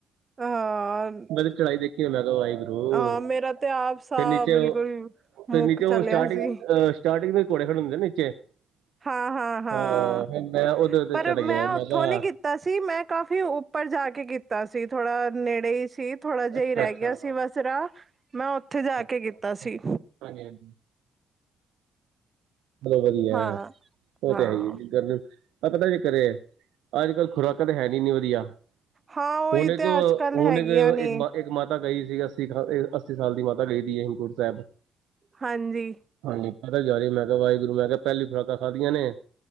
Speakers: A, on the right; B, on the right.
A: ਹਾਂ
B: ਮੇਰੀ ਚੜਾਈ ਦੇਖੀ। ਉਹ
A: ਹਾਂ ਮੇਰਾ ਤੇ ਆਪ ਸਾਹ
B: ਫਿਰ ਨੀਚੇ
A: ਬਿਲਕੁਲ
B: ਉਹ
A: ਮੁੱਕ
B: ਫਿਰ ਨੀਚੇ ਉਹ
A: ਚਲਿਆ
B: ਸਟਾਰਟਿੰਗ
A: ਸੀ
B: ਅ। ਸਟਾਰਟਿੰਗ ਦੇ ਕੌੜੇ ਖੜੇ ਹੁੰਦੇ ਨੇ ਨੀਚੇ, ਹਾ
A: ਹਾਂ ਹਾਂ ਹਾਂ
B: ਫੇ ਮੇਰਾ ਉਦੇ-
A: ਪਰ
B: ਚੜ ਗਿਆ ਮੈਂ
A: ਉੱਥੋਂ
B: ਕਿਹਾ।
A: ਨੀ ਕੀਤਾ ਸੀ ਮੈਂ ਕਾਫ਼ੀ ਉੱਪਰ ਜਾ ਕੇ ਕੀਤਾ ਸੀ ਥੋੜਾ ਨੇੜੇ ਹੀ ਸੀ ਥੋੜ੍ਹਾ ਜਿ
B: ਅੱਛਾ
A: ਆ ਹੀ ਰਹਿ
B: ਅੱਛਾ
A: ਗਿਆ
B: ਅੱਛਾ
A: ਸੀ ਰਾ ਮੈਂ ਉੱਥੇ ਜਾ
B: ਅੱਛਾ
A: ਕੇ ਕੀਤਾ ਸੀ।
B: ਹਾਂਜੀ - ਹਾਂਜੀ। ਮਤਲਬ ਵਧੀਆ
A: ਹਾਂ
B: ਉਹ
A: ਹਾਂ
B: ਤੇ ਹੈ ਹੀ ਹੈ ਜਿੰਰ। ਪਤਾ ਜੇ ਕਰੇ ਅੱਜ ਕੱਲ੍ਹ ਖੁਰਾਕਾਂ ਤਾਂ ਹੈ ਨੀ ਇੰਨੀ ਵਧੀਆ
A: ਹਾਂ ਉਹੀ
B: ਹੋਣੇ
A: ਤੇ
B: ਤੋਂ
A: ਅੱਜ ਕੱਲ ਹੈਗੀਆਂ
B: ਹੋਣੇ
A: ਨੇ
B: ਇਕ ਮਾਤਾ ਮਾਤਾ ਗਈ ਸੀ ਅੱਸੀ- ਅੱਸੀ ਸਾਲ ਦੀ ਮਾਤਾ ਗਈ ਸੀ ਹੇਮਕੁੰਟ ਸਾਬ।
A: ਹਾਂਜੀ
B: ਹਾਂਜੀ ਪਤਾ ਜਾਹੀ ਮੈ ਕਿਹਾ ਵਾਹਿਗੁਰੂ ਮੈ ਕਿਹਾ ਪਹਿਲੀ ਖੁਰਾਕਾਂ ਖਾਦੀਆਂ ਨੇ